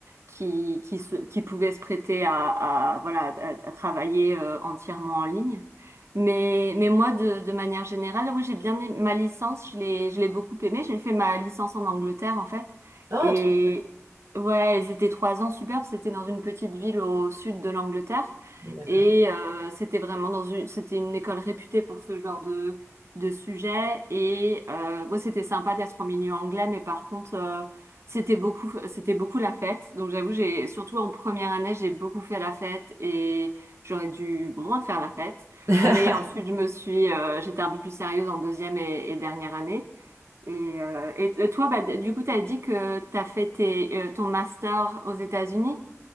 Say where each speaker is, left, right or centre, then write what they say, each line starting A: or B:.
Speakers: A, on the right; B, on the right.
A: qui, qui se, qui pouvait se prêter à, à, voilà, à, à travailler euh, entièrement en ligne. Mais, mais moi, de, de manière générale, oui, j'ai bien aimé ma licence, je l'ai, je l'ai beaucoup aimée. J'ai fait ma licence en Angleterre, en fait.
B: Ah,
A: Et
B: toi.
A: ouais, et c'était trois ans superbes. C'était dans une petite ville au sud de l'Angleterre.
B: D'accord.
A: Et euh, c'était vraiment dans une, c'était une école réputée pour ce genre de, de sujet. Et euh, ouais, c'était sympa d'être en milieu anglais, mais par contre, euh, c'était beaucoup, c'était beaucoup la fête. Donc j'avoue, j'ai, surtout en première année, j'ai beaucoup fait la fête et j'aurais dû bon, moins faire la fête.
B: <laughs>
A: Mais ensuite, je me suis, euh, j'étais un peu plus sérieuse en deuxième et, et dernière année. Et, euh, et et toi, bah, du coup, t'as dit que t'as fait tes, euh, ton master aux États-Unis.